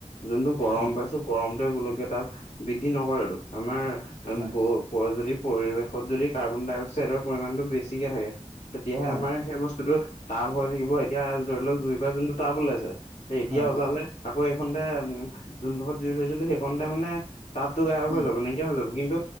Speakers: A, on the left; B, on the right.
A: যোনটো গৰম
B: হয়।
A: পাইছোঁ গৰম টোৱে গোলকীয়া তাপ বৃদ্ধি নকৰে টো আৰু আমাৰ
B: হয়,
A: বু যদি পৰিৱেশত যদি কাৰ্বন ডাই অক্সাইডৰ পৰিমাণটো বেছিকে থাকে তেতিয়াহে
B: হয়,
A: আমাৰ সেই বস্তুটো তাপ হৈ থাকিব এতিয়া ধৰি লওক জুইৰ পৰা যোনটো তাপ ওলাইছে এতিয়া
B: হয়,
A: ওলালে আকৌ এইকনতে উম যোন ডখত জুই ধৰিছিলোঁ সেইকনতে মানে তাপতো গায়ব
B: উম,
A: হৈ যাব নাইকিয়া হৈ যাব কিন্তু